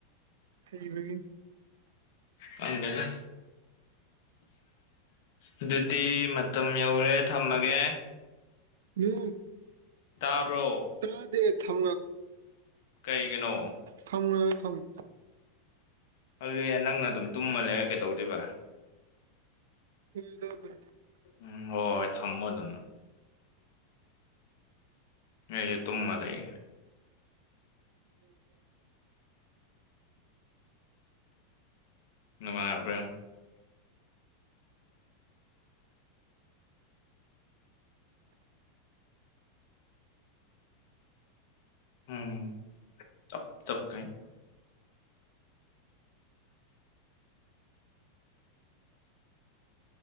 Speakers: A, on the right (about 80°); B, on the left (about 65°).
A: ꯊ ꯂꯩ
B: ꯀꯗ ꯑꯗꯨꯗꯤ ꯃ ꯃꯇꯝ ꯌꯧꯔꯦ ꯊꯝꯃꯒꯦ
A: ꯎ
B: ꯇꯥꯕ꯭ꯔꯣ
A: ꯇꯗ ꯊ
B: ꯀꯩꯒꯤꯅꯣ
A: ꯊꯝꯃꯃꯦ ꯊꯝꯃꯣ
B: ꯍ ꯅꯪꯅ ꯑꯗꯨꯝ ꯇꯨꯝꯃ ꯂꯩꯔꯛꯀꯦꯗꯧꯔꯤꯕ
A: ꯍꯗ ꯊ
B: ꯎꯝ ꯍꯣꯏ ꯍꯣꯏ ꯊꯝꯃꯣ ꯑꯗꯨꯅ ꯑꯩꯁꯨ ꯇꯨꯝꯃ ꯂꯩ
A: ꯎꯝ
B: ꯅꯨꯡꯉꯥꯏꯕ꯭ꯔꯣ ꯎꯝ ꯆꯞ ꯆꯞ ꯀꯩ